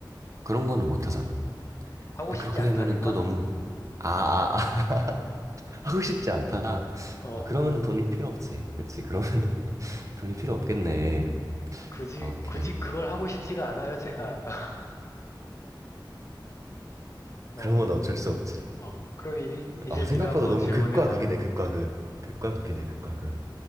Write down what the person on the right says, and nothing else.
그런 거는 못 하잖아.
근데
그렇게
되면은 또 너무, 아, 아, 아, <laughs> 하고 싶지 않다.
아, 그러면은
돈이 필요 없지. 그치? 그러면은
<laughs> 돈이 필요 없겠네.
아, 오케이.
그러면 어쩔 수 없지.
아, 생각보다
너무
극과 극이네, 극과 극. 극과 극이네, 극과 극.